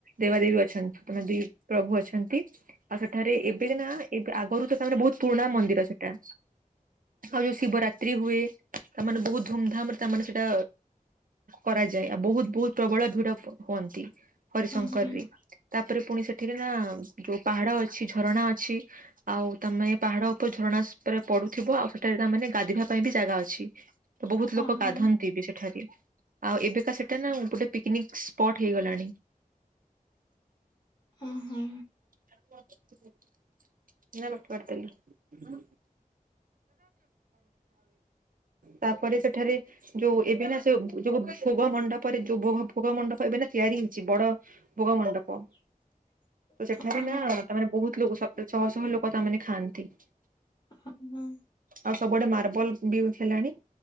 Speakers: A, on the right; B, on the left.
A: ଦେବାଦେବୀ ଅ ଛନ୍ ତମେ ଦି ପ୍ରଭୁ ଅଛନ୍ତି ଆଉ ସେଠାରେ ଏବେ ଯେନା ଏବ୍ ଆଗରୁ ତ ତାମାନେ ବୋହୁତ୍ ପୁରୁଣା ମନ୍ଦିର ସେଟା। ଆଉ ଯୋଉ ଶିବରାତ୍ରି ହୁଏ ତାମାନେ ବୋହୁତ୍ ଧୁମଧାମରେ ତାମାନେ ସେଟା କରାଯାଏ ଆଉ ବୋହୁତ୍ ବୋହୁତ୍ ପ୍ରବଳ ଭିଡ ହୁଅନ୍ତି ହରିଶଙ୍କରରେ।
B: ହଁ ହଁ
A: ତାପରେ ପୁଣି ସେଠିରେ ନା ଯୋଉ ପାହାଡ ଅଛି, ଝରଣା ଅଛି ଆଉ ତାମାନେ ପାହାଡ ଓପରେ ଝରଣା ସ୍ ପରେ ପଡୁଥିବ ଆଉ ସେଠାରେ ତାମାନେ ଗାଧିବା ପାଇଁ ବି ଜାଗା ଅଛି। ତ ବୋହୁତ୍ ଲୋକ
B: ଅ ହଁ
A: ଗାଧାନ୍ତି ବି ସେ ଠାରେ ଆଉ ଏବେକା ସେଟା ନା ଗୋଟେ ପିକନିକ୍ ସ୍ପଟ୍ ହେଇଗଲାଣି।
B: ଅଁ ହଁ।
A: <unintelligible> ତାପରେ ସେଠାରେ ଯୋଉ ଏବେ ନା ସେ ଯୋଉ ଭୋଗ ମଣ୍ଡପରେ ଯୋଉ ଭୋଗ ଫୋଗ ମଣ୍ଡପ ଏବେ ନା ତିଆରି ହେଇଚ଼ି ବଡ ଭୋଗ ମଣ୍ଡପ।
B: <inaudible>
A: ତ ସେଠାରେ
B: ହଁ
A: ନା ତା ମାନେ ବହୁତ୍ ଲୋକ ସ୍ ଛଅ ଶହ ଲୋକ ତା ମାନେ ଖାଆନ୍ତି।
B: ଅହ ଉୁଁ।
A: ଆଉ ସବୁଆଡେ ମାର୍ବଲ ବି ହେଲାଣି।